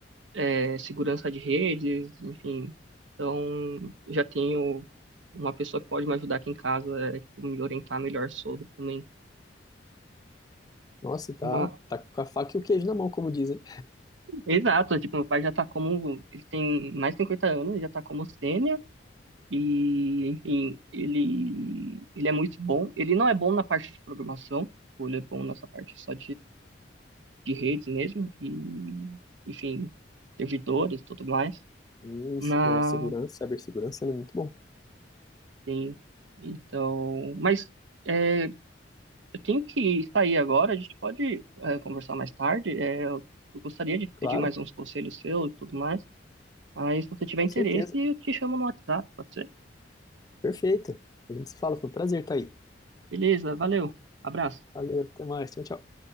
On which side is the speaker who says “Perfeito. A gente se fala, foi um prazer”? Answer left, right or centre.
Left